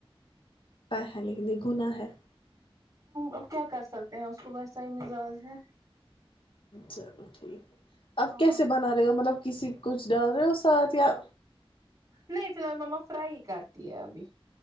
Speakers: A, on the left (about 60°); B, on the right (about 35°).
A: ہے لیکن یہ گنا ہے
B: اب کیا کر سکتے ہیں اس کو ویسا ہی مزاج ہے
A: چلو ٹھیک ہے آپ
B: ہاں
A: کیسے بنا رہے ہو مطلب کسی کچھ ڈال رہے ہو ساتھ یا
B: نہیں فی الحال مما فرائی ہی کرتی ہے ابھی